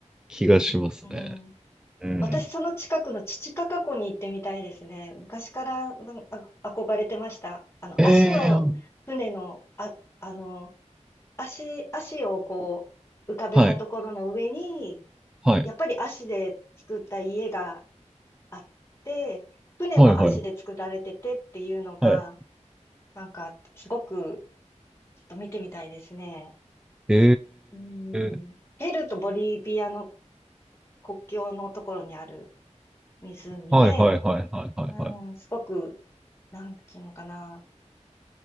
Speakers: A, in the centre; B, on the left.
A: 気がしますね。
B: うん。
A: うん。
B: 私、その近くのチチカカ湖に行ってみたいですね。昔からなんあ憧れてました。あの、
A: え
B: 足の船の、
A: ー、
B: あ、あの、足、足をこう、浮かべたところの上に、
A: はい、はい、
B: やっぱり足で作った家があって、船も足で作られててっていうのが、
A: はい、はい、はい。
B: なんか、すごく、ちょっと見てみたいですね。
A: え
B: うん。
A: ー、
B: ペルーとボリビアの国境のところにある湖で、
A: はいはいはいはいはいはい。
B: うん、すごく、なんていうのかな、